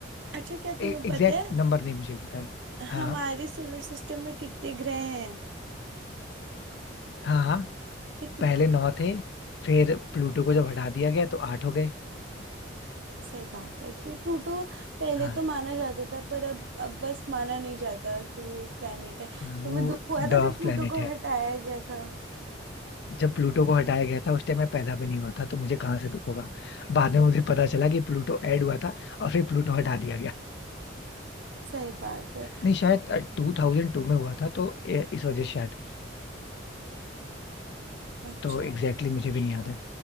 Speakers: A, on the right; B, on the left.
A: अच्छा क्या तुम्हें
B: एग्जैक्ट
A: पता है
B: नंबर नहीं मुझे पता है हाँ
A: हमारे सोलर सिस्टम में कितने ग्रह हैं
B: हाँ हाँ
A: कितने
B: पहले नौ थे फिर प्लूटो को जब हटा दिया गया तो आठ हो गए
A: सही बात है कि प्लूटो पहले
B: हाँ
A: तो माना जाता था पर अब अब बस माना नहीं जाता कि वो एक प्लेनेट है
B: हाँ वो
A: तुम्हें दुख हुआ था
B: डर्व
A: जब प्लूटो
B: प्लेनेट
A: को
B: है
A: हटाया गया था
B: जब प्लूटो को हटाया गया था उस टाइम मैं पैदा भी नहीं हुआ था तो मुझे कहाँ से दुख होगा बाद में मुझे पता चला कि प्लूटो ऐड हुआ था और फिर प्लूटो हटा दिया गया
A: सही बात है
B: नहीं शायद टू थाउजेंड टू में हुआ था तो ए- इस वजह से शायद
A: अच्छा
B: तो एग्जैक्टली exactly मुझे भी नहीं याद है